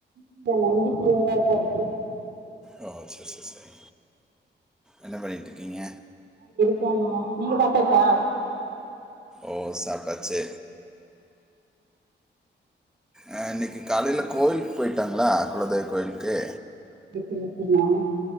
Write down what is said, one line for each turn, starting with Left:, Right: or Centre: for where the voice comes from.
Right: இப்ப நஞ்சு கிளியரா தா இருக்கு
Centre: ஓ சேரி சேரி சேரி என்ன பண்ணிட்டுக்கீங்க
Right: ட்டண்ணுங்க நீங்க சாப்டாச்சா
Centre: ஓ சாப்டாச்சி அ இன்னக்கி காலைல கோயிலுக்கு போயிட்டாங்களா குலதெய்வ கோயிலுக்கு
Right: மிகப்பெரிய <unintelligible>